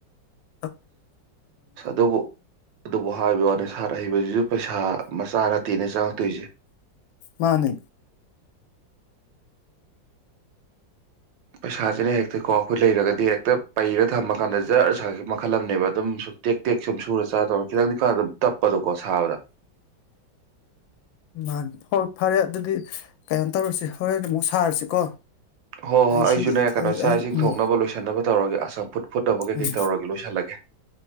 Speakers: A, on the left; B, on the right.
A: ꯑ
B: ꯑꯗꯨꯕꯨ ꯑꯗꯨꯕꯨ ꯍꯥꯏꯕ ꯋꯥꯅꯤ ꯁꯥꯠ ꯍꯩꯕꯖꯤꯖꯨ ꯄꯩꯁꯥ ꯃꯁ ꯃꯆꯥ ꯅꯠꯇꯦꯅꯦ ꯆꯪꯉꯛꯇꯣꯏꯖꯦ
A: ꯃꯥꯅꯤ
B: ꯄꯩꯁꯥꯁꯤꯅ ꯍꯦꯛꯇꯀꯣ ꯑꯩꯈꯣꯏ ꯂꯩꯔꯒꯗꯤ ꯍꯦꯛꯇ ꯄꯩꯔ ꯊꯝꯃ ꯀꯥꯟꯗ ꯖꯥꯔ ꯁꯥꯒꯤꯕꯅ ꯃꯈꯜ ꯑꯃꯅꯦꯕ ꯑꯗꯨꯝ ꯁꯨꯝ ꯇꯦꯛ ꯇꯦꯛ ꯁꯨꯝ ꯁꯨꯔ ꯆꯥ ꯇꯧꯔ ꯈꯤꯇꯪꯗꯤ ꯈꯔ ꯑꯗꯨꯝ ꯇꯞꯄꯗꯣꯀꯣ ꯁꯥꯕꯗ
A: ꯃꯥꯅꯤ ꯍꯣꯏ ꯐꯔꯦ ꯑꯗꯨꯗꯤ ꯀꯩꯅꯣ ꯇꯧꯔꯁꯤ ꯍꯣꯔꯦꯟ ꯑꯃꯨꯛ ꯁꯥꯔꯁꯤꯀꯣ
B: ꯍꯣꯏ ꯍꯣꯏ
A: ꯑꯩ
B: ꯑꯩꯖꯨꯅꯦ
A: ꯁꯤ
B: ꯀꯩꯅꯣ
A: ꯑꯩ
B: ꯆꯥꯛ
A: ꯑꯩ
B: ꯏꯁꯤꯡ
A: ꯎꯝ
B: ꯊꯣꯡꯅꯕ ꯂꯣꯏꯁꯤꯟꯅꯕ ꯇꯧꯔꯒꯦ ꯑꯁ ꯆꯝꯐꯨꯠ ꯐꯨꯠꯅꯕ ꯀꯩꯀꯩ
A: ꯎꯝ
B: ꯇꯧꯔꯒꯦ ꯂꯣꯏꯁꯜꯂꯒꯦ